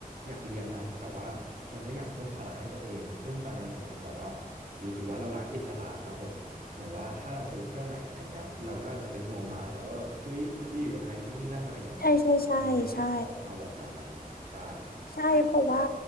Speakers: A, on the right; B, on the left.
A: อยากเลี้ยงนะแต่ว่ายังไม่อยากเพิ่มภาระให้ตัวเองซึ่งตอนเนี้ยผมยังแบบว่ารู้สึกว่าเรารักอิสระครับผมเหมือนว่าถ้าเราไปเที่ยวไหนอะไรเงี้ยเราก็อาจจะเป็นห่วงหมาแล้วว่าเฮ้ยมันจะอยู่ยังไงนู่นนี่นั่นอะไรเงี้ย
B: ใช่ใช่ใช่ใช่
A: อันนี้ยังไม่พร้อมเอาแบบนั้นนะครับผมใช่ครับ
B: ใช่เพราะว่า